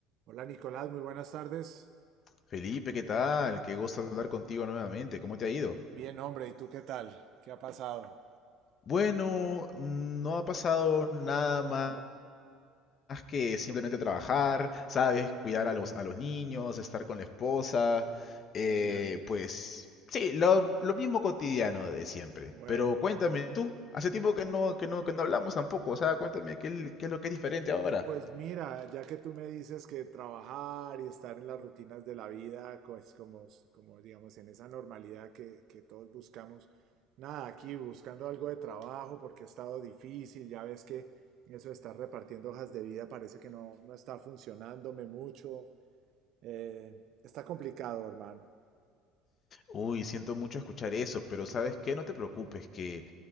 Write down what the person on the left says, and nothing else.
Felipe, ¿qué tal? Qué gusto hablar contigo nuevamente. ¿Cómo te ha ido?
Bueno, no ha pasado nada más
que simplemente trabajar, ¿sabes? Cuidar a los, a los niños, estar con la esposa. eh,
pues sí, lo, lo mismo cotidiano de siempre.
Pero cuéntame tú, hace tiempo que no, que no, que no hablamos tampoco. O sea, cuéntame qué, es- qué es lo que es diferente ahora.
Uy, siento mucho escuchar eso, pero ¿sabes qué? No te preocupes, que